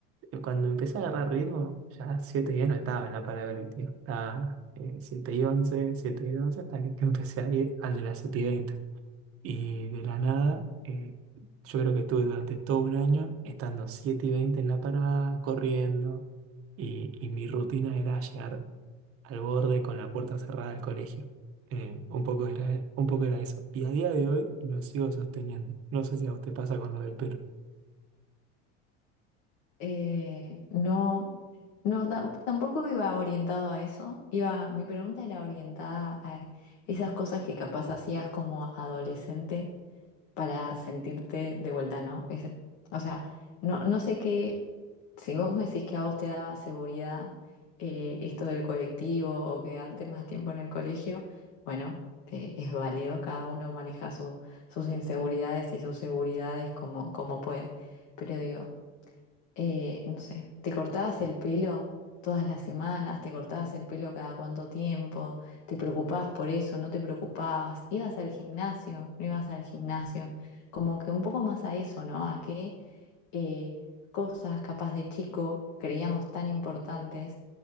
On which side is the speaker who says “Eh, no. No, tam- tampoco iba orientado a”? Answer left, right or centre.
Left